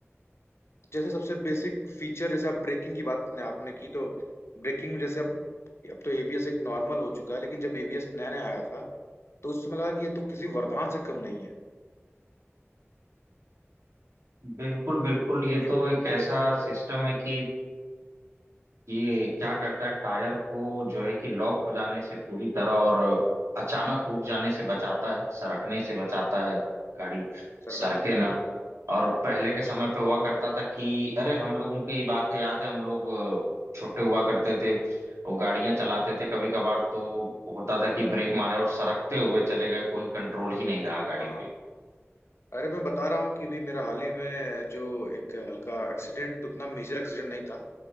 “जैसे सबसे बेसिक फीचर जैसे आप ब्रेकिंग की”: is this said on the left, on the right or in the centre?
Left